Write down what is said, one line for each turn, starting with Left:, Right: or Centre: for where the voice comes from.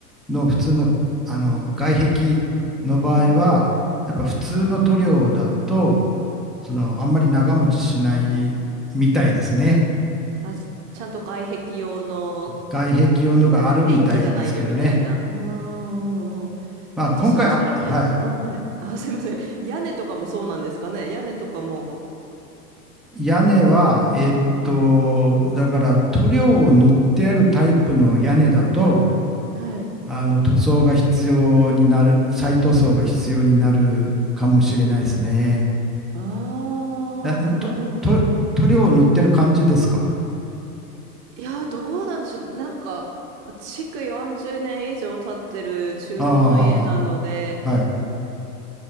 Centre: の普通の、あの、外壁の場合は、
Right: うん。うんうん
Centre: やっぱ普通の塗料だと、その、あんまり長持ちしないみたいですね。
Right: あ、ちゃんと外壁用の、
Centre: 外壁用のがあるみたいですけどね。
Right: ね、ペンキじゃないとみたいな。うんうんうん。
Centre: まあ、
Right: え、
Centre: 今回、
Right: じゃあそうすると、
Centre: あ、はい。
Right: うん、はい。あ、すいません。屋根とかもそうなんですかね。屋根とかも、
Centre: 屋根は、
Right: あ、
Centre: えーっと、
Right: うん。
Centre: だから塗料を塗ってあるタイプの屋根だと、
Right: はい。
Centre: あの、塗装が必要になる、再塗装が必要になるかもしれないですね。
Right: ああ、
Centre: あと、
Right: なるほど。
Centre: と、塗料を塗ってる感じですか
Right: いや、どうなんでしょう。なんか、築40年以上経ってる中古の家なので、
Centre: ああ、はい。